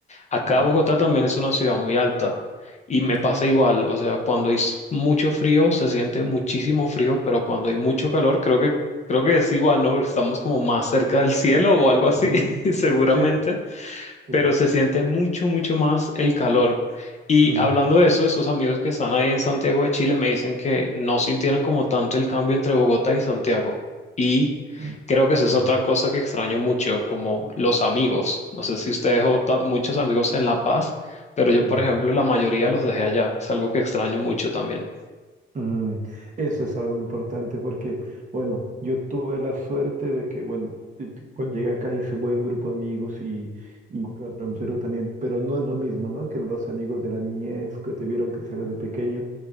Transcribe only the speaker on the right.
ujú,
ujú,
ujú,
sí, sí.
mm,
mm,
ujú,
mm,
mm.
Mm, eso es algo importante porque, bueno, yo tuve la suerte de que, bueno, eh, cuando llegué acá hice buen grupo de amigos y, y claro, en Perú también, pero no es lo mismo, ¿no? Que los amigos de la niñez que te vieron crecer desde pequeño,